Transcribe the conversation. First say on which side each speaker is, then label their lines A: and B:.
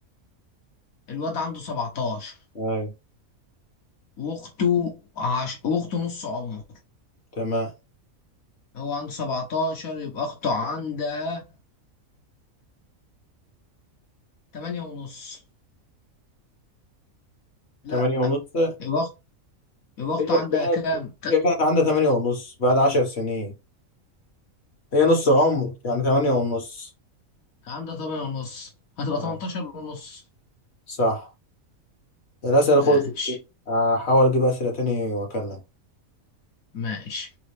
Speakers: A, on the left (about 80°); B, on the left (about 50°).
A: الواد عنده 17
B: أيوة
A: واخته عش... واخته نص عمره
B: تمام
A: هو عنده 17 يبقى اخته عندها 8 ونص لا
B: 8 ونص
A: يبقى اخته يبقى اخته
B: هي
A: عندها
B: كانت
A: كام؟ ت-
B: هي كانت عندها 8 ونص بعد 10 سنين هي نص عمر يعني 8 ونص
A: عندها 8 ونص هتبقى
B: أيوة
A: 18 ونص
B: صح الأسئلة
A: ماشي
B: خلصت كده هحاول أجيب أسئلة تاني وأكلم
A: ماشي